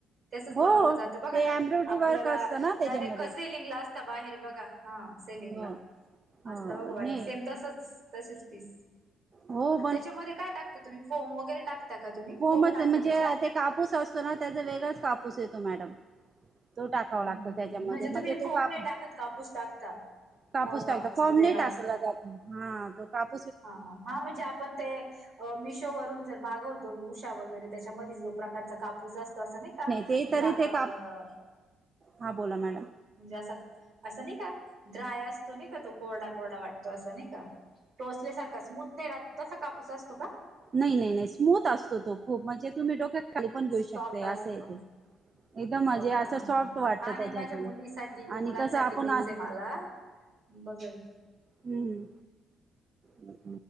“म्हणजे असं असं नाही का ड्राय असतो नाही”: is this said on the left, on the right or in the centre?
Right